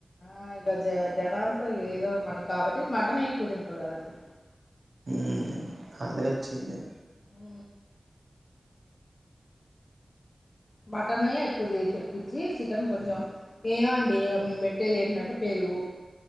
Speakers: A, on the left; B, on the right.
A: ఆ ఇక జ జనాలతో ఏదో మనకి కాబట్టి మటనే ఎక్కువ తింటారు కదండి
B: ఉ అదే వచ్చింది
A: హ మటన్ ఎక్కుది తెప్పించి చికెన్ కొంచెం ఏమండి మేము పెట్టేది ఏంటంటే పెరుగు